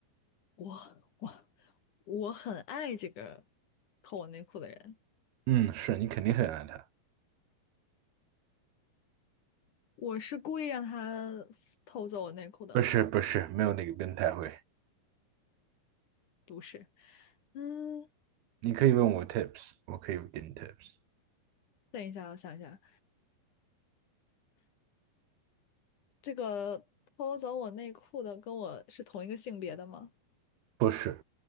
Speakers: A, on the left; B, on the right.
A: 我我我很爱这个偷我内裤的人，
B: 嗯，是你肯定很爱他，
A: 我是故意让他偷走我内裤的，
B: 不是不是，没有那个变态会。
A: 不是。嗯，
B: 你可以问我 tips，我可以给你 tips，
A: 等一下，我想一下，这个偷走我内裤的跟我是同一个性别的吗？
B: 不是